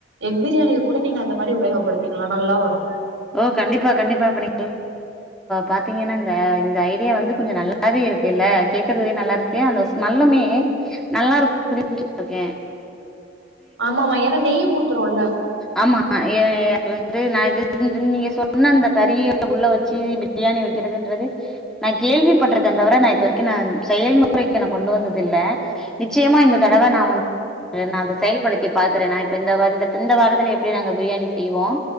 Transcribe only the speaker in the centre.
ஓ கண்டிப்பா கண்டிப்பா இப்ப நீ பாத்தீங்கன்னா இந்த இந்த ஐடியா வந்து கொஞ்ச நல்ல வே இருக்கு இல்ல கேட்குறதே நல்லாருக்கு அந்த ஸ்மெல்லுமே நல்லா இருக்கு பு இருக்கே
ஆமா எ வந்து நா இ நீங்க சொன்ன அந்த கறிய உள்ள வச்சு பிரியாணி வைக்கிறது ன்றது நான் கேள்விப்பட்டிருக்கேன் தவிர நா கேள்விபட்டுருக்கே தவிர நா இது வரைக்கு நா செயல்முறைக்கு நா கொண்டு வந்தது இல்ல நிச்சயமா இந்த தடவை நா வந்து நா அதை செயல்படுத்தி பாக்குறே நா இப்ப வார ல எப்படி நாங்க பிரியாணி செய்வோம்